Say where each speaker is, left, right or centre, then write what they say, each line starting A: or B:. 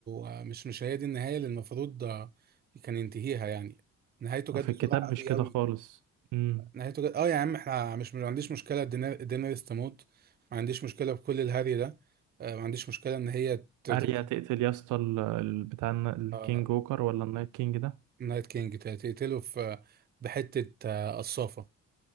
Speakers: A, on the right (about 30°); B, on the right (about 80°).
A: آه، مش مش هي دي النهايه اللي المفروض آه، كان ينتهيها يعني نهايته جت
B: في
A: بسرعه
B: الكتاب
A: قوي
B: مش كده
A: قوي
B: خالص امم
A: نهايته جت اه يا عم احنا مش ما عنديش مشكله دينير- دينيريس تموت ما عنديش مشكله بكل الهري ده آه، ما عنديش مشكله ان هي ت- ت-
B: اريا تقتل يا اسطى ال- ال- بتاع الن- الكينج
A: آه،
B: ووكر ولا النايت كينج ده
A: نايت كينج ت- تقتله في بحتة آه، قصافة